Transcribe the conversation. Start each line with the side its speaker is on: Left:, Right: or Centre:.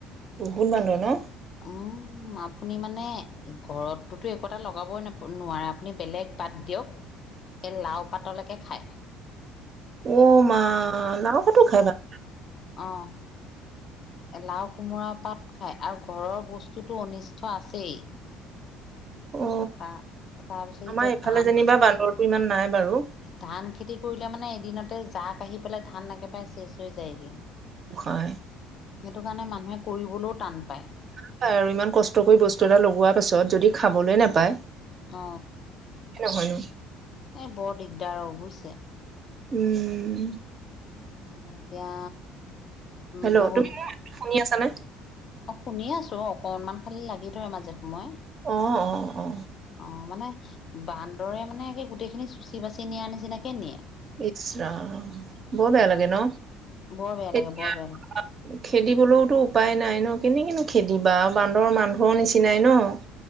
Right: বহুত মানুহ নহ।
Left: উম আপুনি মানে ঘৰতটো একো এটা লগাবই নোৱাৰো। আপুনি বেলেগ বাদ দিয়ক এই লাও পাতলৈকে খায়।
Right: উ মা লাও পাতো খায় বাৰু।
Left: অঁ,। লাওঁ কোমোৰা পাত খাই আৰু ঘৰৰ বস্তুটো অনিষ্ট আছেই।
Right: অ
Left: তা তাৰপিছত
Right: আমাৰ
Left: ইতিয়া
Right: এইফালে
Left: ধান
Right: যেনিবা
Left: খেতি।
Right: বান্দৰটো ইমান নাই বাৰু
Left: ধান খেতি কৰিলে মানে এদিনতে জাক আহি পেলাই ধান একেবাৰে শেষ হৈ যায়গে।
Right: খায়।
Left: সেইটো কাৰণে মানুহে কৰিবলৈও টান। পায়
Right: <unintelligible> ইমান কষ্ট কৰি বস্তু এটা লগোৱাৰ পাছত যদি খাবলৈ নাপায়।
Left: অ।
Right: হয়নো।
Left: এ বৰ দিগদাৰ অ' বুজিছে।
Right: উম।
Left: মানে এতিয়া
Right: হেল্ল'
Left: বহুত।
Right: তুমি শুনি আছানে?
Left: অ' শুনি আছো অকনমান খালি লাগি ধৰে মাজে সময়ে।
Right: অ অ অ।
Left: অ' মানে বান্দৰে মানে গোটেই খিনি চুচি বাচি নিয়াৰ নিচিনাকে নিয়ে।
Right: ইছ ৰাম বৰ বেয়া লাগে নহ।
Left: বৰ বেয়া লাগে
Right: এতিয়া
Left: বৰ বেয়া লাগে
Right: খেদিবলৈওতো উপায় নাই নহ কেনেকে নহ। খেদিবা আৰু বান্দৰ মানুহৰ নিচিনাই নহ।